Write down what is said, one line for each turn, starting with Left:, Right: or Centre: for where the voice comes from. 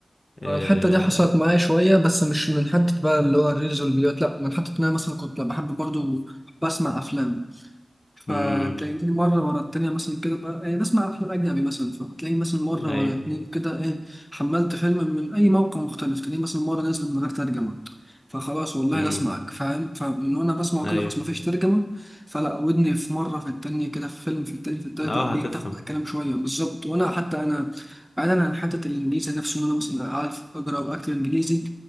Left: آه،
Centre: الحتة دي حصلت معايا شوية بس مش من حتة بقى اللي هو الريلز والفيديوهات لأ من حتة إن أنا مثلا كنت بحب برضو بسمع أفلام فتلاقيني
Left: امم
Centre: مرة ورا التانية مثلا كده بقى يعني بسمع أفلام أجنبي مثلا فتلاقيني مثلا مرة
Left: ايوه
Centre: ورا اتنين كده إيه حملت فيلم من أي موقع مختلف تلاقيني مثلا مرة نازل من غير ترجمة فخلاص والله
Left: امم
Centre: لا أسمعك فاهم فمن وأنا بسمعه
Left: ايوه
Centre: كده خلاص مفيش ترجمة فلا ودني في مرة في التانية كده في فيلم في التاني في التالت
Left: اه
Centre: لا بيتاخد
Left: هتفهم
Centre: الكلام شوية بالظبط وأنا حتى أنا بعيدا عن حتة الإنجليزي نفسه إن أنا مثلا عارف أقرأ وأكتب إنجليزي